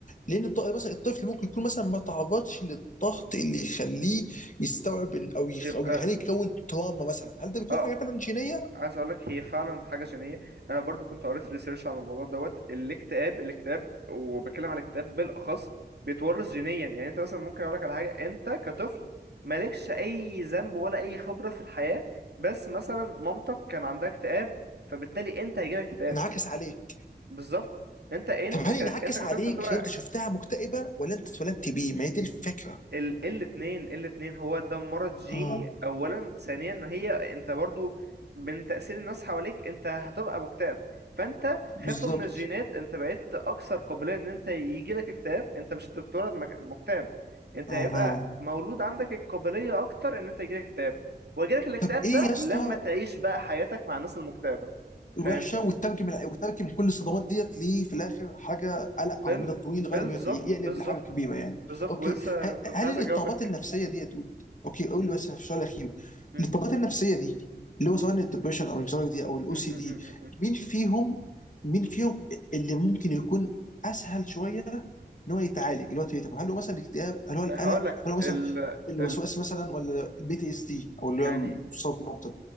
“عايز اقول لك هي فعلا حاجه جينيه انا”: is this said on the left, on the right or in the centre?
Right